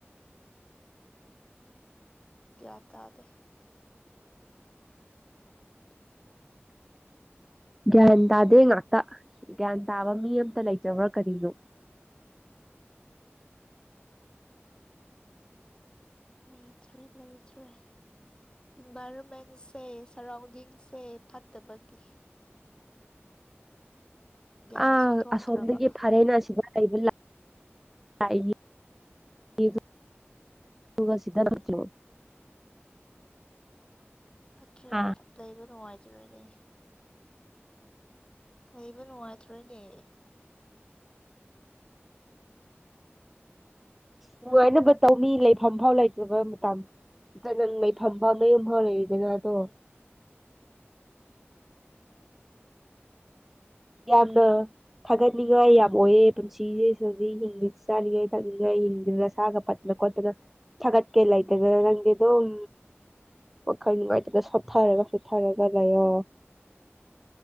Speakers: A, on the left; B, in the centre.
A: ꯒꯌ꯭ꯥꯟ ꯇꯥꯗꯦ <inaudible>
B: ꯒ꯭ꯌꯥꯟ ꯇꯥꯗꯦ ꯉꯥꯛꯇ ꯒ꯭ꯌꯥꯟ ꯇꯥꯕ ꯃꯤ ꯑꯝꯇ ꯂꯩꯇꯔꯕ꯭ꯔ ꯀꯔꯤꯅꯣ꯫
A: ꯂꯩꯇ꯭ꯔꯦ ꯂꯩꯇ꯭ꯔꯦ꯫ ꯏꯟꯚꯥꯏꯔꯣꯟꯃꯦꯟꯁꯦ ꯁꯔꯥꯎꯟꯗꯤꯡꯁꯦ ꯐꯠꯇꯕꯒꯤ꯫ ꯒ꯭ꯌꯥꯟꯁꯨ
B: ꯑꯥ
A: ꯊꯣꯛꯇ꯭ꯔꯕ
B: ꯑꯁꯣꯝꯗꯒꯤ ꯐꯔꯦꯅ ꯁꯤꯗ ꯂꯩꯕ ꯂꯥꯛ ꯂꯥꯛꯏꯅꯤ ꯏ ꯗꯨ ꯗꯨꯒ ꯁꯤꯗ ꯃꯨꯛꯁꯨ
A: ꯇ꯭ꯔꯦ
B: ꯅꯨꯡꯉꯥꯏꯅꯕ
A: ꯐꯠ ꯂꯩꯕ ꯅꯨꯡꯉꯥꯏꯖꯔꯦ ꯅꯦ ꯂꯩꯕ ꯅꯨꯡꯉꯥꯏꯇ꯭ꯔꯦꯅꯦ
B: ꯅꯨꯡꯉꯥꯏꯅꯕ ꯇꯧꯅꯤ ꯂꯩꯐꯝꯐꯥꯎ ꯂꯩꯇ꯭ꯔꯕ ꯃꯇꯝ ꯁꯤꯗ ꯅꯪ ꯂꯩꯩꯐꯝꯕꯧ ꯅꯌꯨꯝꯐꯥꯎ ꯂꯩꯔꯤꯗꯅ ꯑꯗꯣ
A: ꯑꯣ
B: ꯌꯥꯝꯅ ꯊꯥꯒꯠꯅꯤꯡꯉꯥꯏ ꯌꯥꯝ ꯑꯣꯏꯌꯦ ꯄꯨꯟꯁꯤꯖꯦ ꯁꯧꯖꯤꯛ ꯍꯤꯡꯉꯤ ꯆꯥꯅꯤꯡꯉꯦ ꯊꯛꯅꯤꯡꯉꯥꯏ ꯍꯤꯡꯗꯅ ꯁꯥꯒ ꯐꯠꯅ ꯈꯣꯠꯇꯅ ꯊꯒꯠꯀꯦ ꯂꯩꯇꯗꯅ ꯀꯦ ꯅꯪꯗꯤ ꯑꯗꯨꯝ ꯋꯥꯈꯜ ꯅꯨꯡꯉꯥꯏꯇꯅ ꯁꯣꯠꯊꯔꯒ ꯁꯣꯠꯊꯔꯒ ꯂꯩꯌꯣ꯫